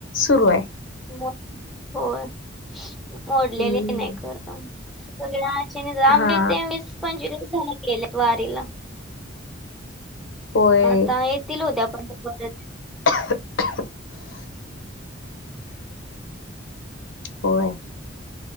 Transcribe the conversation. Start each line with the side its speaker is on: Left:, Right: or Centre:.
Left: सुरू हाय.
Centre: मो होय, मोडलेली
Left: हम्म
Centre: नाही खरं. सगळ्या आशेने
Left: हा
Centre: <unintelligible> वीस पंचवीस केले वारीला.
Left: होय
Centre: आता येतील उद्या <unintelligible> परत.
Left: <inaudible> होय.